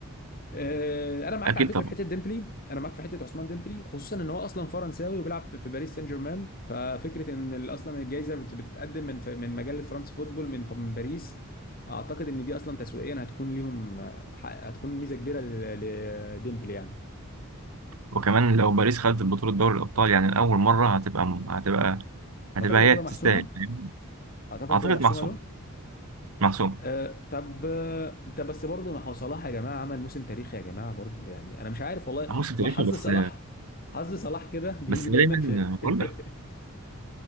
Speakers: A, on the left (about 40°); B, on the right (about 80°).
A: آه، انا معاك
B: اكيد
A: على فكره
B: طبعا
A: في حته ديمبلي انا معاك في حته عثمان ديمبلي خصوصا ان هو اصلا فرنساوي وبيلعب في باريس سان جيرمان ففكره ان ال- اصلا الجائزه بت- بتتقدم من ف- من مجله فرانس فوتبول من ف- من باريس اعتقد ان دي اصلا تسويقيا هتكون ليهم آه، ح- هتكون ميزه كبيره ل- لديمبلي يعني
B: وكمان لو باريس خدت بطوله دوري الابطال يعني لاول مره هتبقى هتبقى هتبقى
A: اعتقد
B: هي
A: هتبقى
B: تستاهل
A: محسومه
B: فاهم؟
A: اعتقد
B: اعتقد
A: هتبقى محسومه
B: محسومه
A: له
B: محسومه
A: أه طب آه، طب بس برضه ما هو صلاح يا جماعه عمل موسم تاريخي يا جماعه برضه يعني انا مش عارف والله
B: موسم تاريخي
A: ما حظ
B: بس
A: صلاح حظ صلاح كده بيجي
B: بس
A: دايما
B: دايما
A: في <laughs>
B: بقول لك